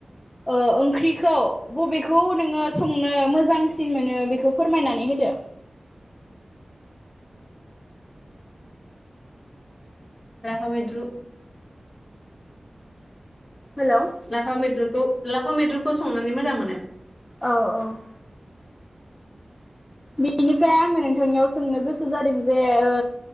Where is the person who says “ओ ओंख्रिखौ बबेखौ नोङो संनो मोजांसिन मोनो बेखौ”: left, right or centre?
Left